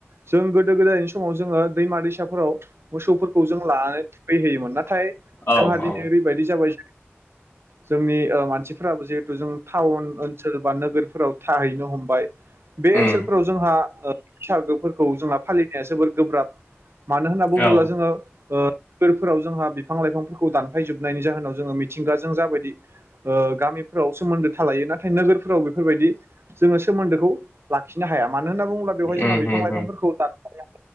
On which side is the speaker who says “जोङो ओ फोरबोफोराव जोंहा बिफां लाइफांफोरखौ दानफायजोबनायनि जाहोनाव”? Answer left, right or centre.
Right